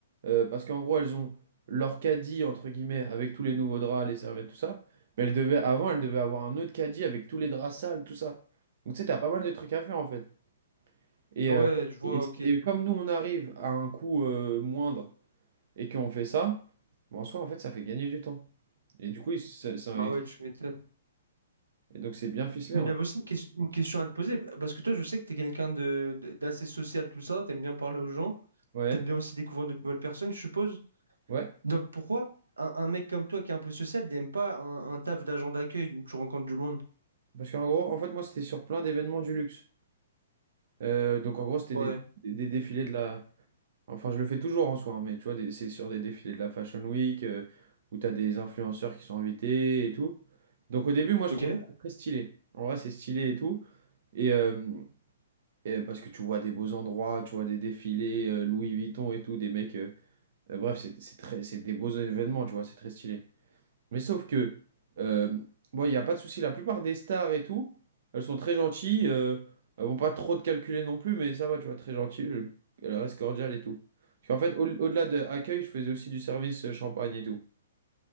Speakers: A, on the right; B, on the right.
A: euh, parce qu'en gros, elles ont leur caddie, entre guillemets, avec tous les nouveaux draps, les serviettes, tout ça. Mais elles devaient, avant, elles devaient avoir un autre caddie avec tous les draps sales, tout ça. Donc, tu sais, t'as pas mal de trucs à faire, en fait. Et,
B: ouais,
A: euh,
B: je vois,
A: et,
B: ok.
A: et comme nous, on arrive à un coût euh, moindre et qu'on fait ça, ben, en soi, en fait, ça fait gagner du temps. Et du coup, ils- ça, ça-
B: Bah
A: et
B: ouais, tu m'étonnes.
A: donc, c'est bien ficelé,
B: Mais
A: en
B: j'avais
A: fait.
B: aussi une, ques- une question à te poser, parce que toi, je sais que t'es quelqu'un de, de- d'assez social, tout ça, t'aimes bien parler aux gens.
A: Ouais,
B: T'aimes bien aussi découvrir de nouvelles personnes, je suppose.
A: ouais.
B: Donc pourquoi un, un mec comme toi qui est un peu social, il n'aime pas un, un taf d'agent d'accueil où tu rencontres du monde?
A: Parce qu'en gros, en fait, moi, c'était sur plein d'événements du luxe. Euh, donc en gros, c'était
B: Ouais.
A: des, des- des défilés de la... Enfin, je le fais toujours en soi, hein, mais tu vois, des- c'est sur des défilés de la Fashion Week, euh, où tu as des influenceurs qui sont invités et tout. Donc au début, moi,
B: Ok.
A: je trouvais ça très stylé. En vrai, c'est stylé et tout. Et, euh, et parce que tu vois des beaux endroits, tu vois des défilés, euh, Louis Vuitton et tout, des mecs... euh, euh, bref, c'est c'est très, c'est des beaux événements, tu vois, c'est très stylé. Mais sauf que, euh, bon, il n'y a pas de souci. La plupart des stars et tout, elles sont très gentilles. euh, elles vont pas trop te calculer non plus, mais ça va, tu vois, très gentilles. euh, Elles restent cordiales et tout. Parce qu'en fait, au- delà de accueil, je faisais aussi du service euh, champagne et tout.